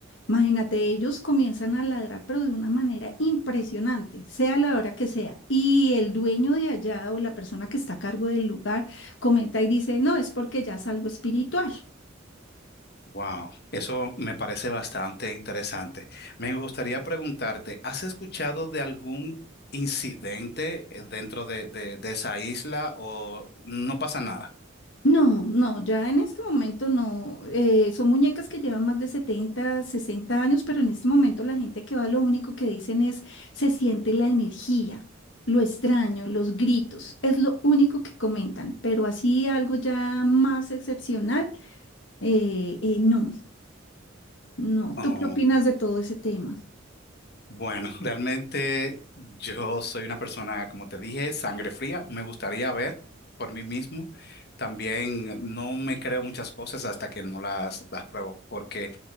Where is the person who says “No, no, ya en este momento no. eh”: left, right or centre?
Left